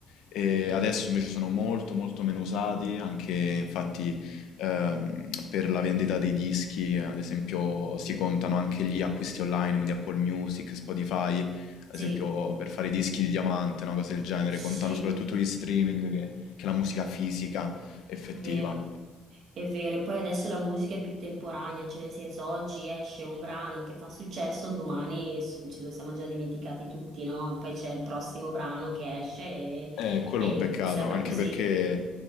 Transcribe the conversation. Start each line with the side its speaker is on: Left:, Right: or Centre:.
Left: e adesso invece sono molto molto meno usati, anche infatti ehm, per la vendita dei dischi, ad esempio si contano anche gli acquisti online, quindi Apple Music, Spotify, ad
Right: sì.
Left: esempio per fare i dischi di diamante, no, cose del genere,
Right: Sì,
Left: contano soprattutto gli streaming che che la musica fisica effettiva.
Right: vero, è vero. E poi adesso la musica è più temporanea, cioè nel senso oggi esce un brano che fa successo, domani s- ce lo siamo già dimenticati tutti, no? Poi c'è il prossimo brano che esce e,
Left: Eh, quello
Right: e
Left: è un peccato,
Right: sempre
Left: anche
Right: così.
Left: perché